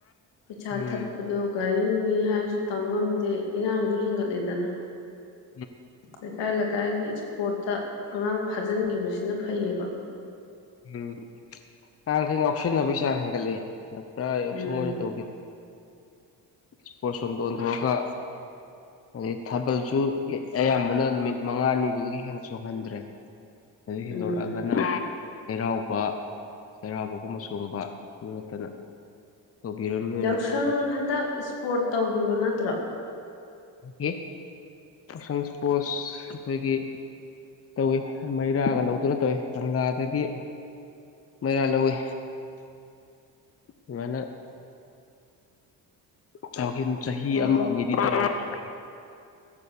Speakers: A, on the left (about 90°); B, on the left (about 35°).
A: ꯄꯩꯁꯥ
B: ꯎꯝ
A: ꯊꯠꯄꯗꯣ ꯒꯥꯔꯤ ꯅꯨꯡꯅꯤ ꯍꯥꯏꯔꯁꯨ ꯇꯝ ꯉꯝꯗꯦ ꯏꯔꯥꯡꯁꯨ ꯍꯦꯟꯒꯠꯂꯦꯗꯅ
B: <unintelligible>
A: ꯂꯩꯀꯥꯏ ꯂꯩꯀꯥꯏꯒꯤ ꯏꯁꯄꯣꯔꯠꯇ ꯑꯉꯥꯡ ꯐꯥꯖꯤꯟꯒꯤꯕꯁꯤꯅ ꯐꯩꯌꯦꯕ
B: ꯎꯝ ꯑꯉꯥꯡꯈꯩ ꯉꯥꯎꯁꯤꯟꯅꯕꯩ ꯆꯥꯡ ꯍꯦꯟꯒꯠꯂꯛꯑꯦ ꯄꯨꯔꯥ ꯌꯥꯎꯁꯪ
A: ꯎꯝ
B: ꯑꯣꯏꯅ ꯇꯧꯒꯤꯞ ꯏꯁꯄꯣꯔꯠꯁ ꯔꯣꯝꯗ ꯑꯣꯟꯊꯣꯛꯑꯒ ꯑꯗꯩ ꯊꯥꯕꯜꯁꯨ ꯑꯌꯥꯝꯕꯅ ꯅꯨꯃꯤꯠ ꯃꯉꯥꯅꯤꯗꯨꯗꯒꯤ ꯍꯦꯟꯅ ꯆꯣꯡꯍꯟꯗ꯭ꯔꯦ ꯑꯗꯩꯩ ꯍꯦꯟꯗꯣꯔꯛꯑꯒꯅ
A: ꯎꯝ
B: ꯆꯩꯔꯥꯎꯕ ꯆꯩꯔꯥꯎꯕꯒꯨꯝꯕ ꯆꯣꯡꯕ ꯑꯗꯨ ꯅꯠꯇꯅ ꯇꯧꯕꯤꯔꯅꯨꯅ
A: ꯌꯥꯎꯁꯪ
B: ꯌꯥꯝ
A: ꯍꯟꯗꯛ ꯏꯁꯄꯣꯔꯠ ꯇꯧꯈꯤꯕ ꯅꯠꯇ꯭ꯔꯣ
B: <inaudible> ꯌꯥꯎꯁꯪ ꯏꯁꯄꯣꯔꯠꯁ ꯑꯩꯈꯣꯏꯒꯤ ꯇꯧꯋꯤ ꯃꯩꯔꯥꯒ ꯂꯧꯗꯨꯅ ꯇꯧꯋꯤ ꯀꯪꯂꯥꯗꯒꯤ ꯃꯩꯔꯥ ꯂꯧꯋꯤ ꯑꯗꯨꯃꯥꯏꯅ ꯇꯧꯒꯤꯝ ꯆꯍꯤ
A: ꯑꯣ
B: ꯑꯃ ꯑꯅꯤꯗꯤ ꯇꯧꯗꯔꯕꯅꯦ